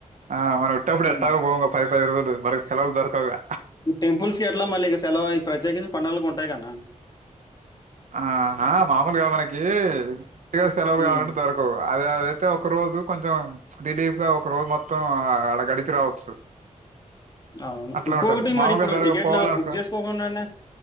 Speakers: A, on the right; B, on the left.
A: ఆ మనం ఉట్టప్పుడు
B: ఉమ్.
A: ఎట్టాగో పోం గ పది పది రోజులు మరి సెలవులు దొరకవుగా
B: ఈ టెంపుల్స్ కి ఎట్లా మళ్ళీ ఇక సెలవు ప్రత్యేకించి పనోళ్ళకి ఉంటాయి కదన్న
A: ఆ.. హ మామూలుగా మనకి ఉత్తిగ సెలవులు కావాలంటే
B: ఉమ్,
A: దొరకవు అది అదైతే ఒక రోజు కొంచెం రిలీఫ్ గా ఒక రోజు మొత్తం అడ గడిపి రావచ్చు
B: అవును
A: అట్లా
B: ఇంకొకటి
A: ఉంటది. మామూలుగా
B: మరి ఇప్పుడు
A: దొరక
B: టికెట్లు
A: పోవాలనుకో
B: బుక్ చేసుకోకుండా అండి